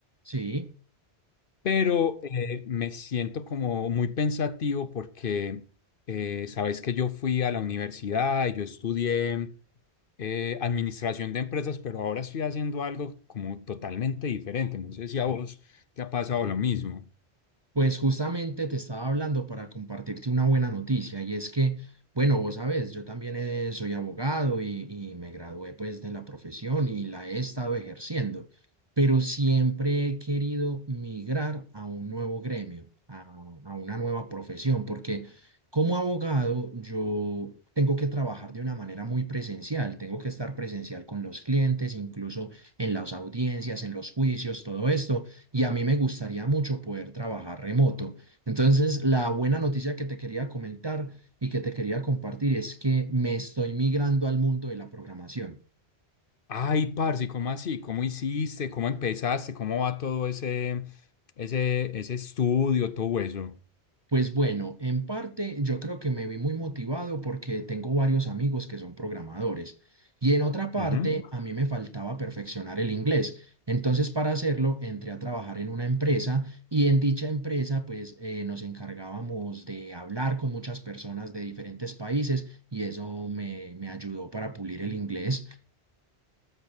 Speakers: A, on the right; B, on the left.
A: Sí.
B: pero eh, me siento como muy pensativo porque eh, sabes que yo fui a la universidad y yo estudié eh, administración de empresas, pero ahora estoy haciendo algo como totalmente diferente. No sé si a vos te ha pasado lo mismo.
A: Pues justamente te estaba hablando para compartirte una buena noticia y es que, bueno, vos sabes, yo también eh, soy abogado y, y me gradué pues de la profesión y la he estado ejerciendo, pero siempre he querido migrar a un nuevo gremio, a, a una nueva profesión, porque como abogado yo tengo que trabajar de una manera muy presencial, tengo que estar presencial con los clientes, incluso en las audiencias, en los juicios, todo esto y a mí me gustaría mucho poder trabajar remoto. Entonces, la buena noticia que te quería comentar y que te quería compartir es que me estoy migrando al mundo de la programación.
B: Ay, parce, ¿cómo así? ¿Cómo hiciste? ¿Cómo empezaste? ¿Cómo va todo ese, ese, ese estudio, todo eso?
A: Pues bueno, en parte yo creo que me vi muy motivado porque tengo varios amigos que son programadores y en otra parte
B: Ujú.
A: a mí me faltaba perfeccionar el inglés. Entonces para hacerlo entré a trabajar en una empresa y en dicha empresa pues eh, nos encargábamos de hablar con muchas personas de diferentes países y eso me, me ayudó para pulir el inglés.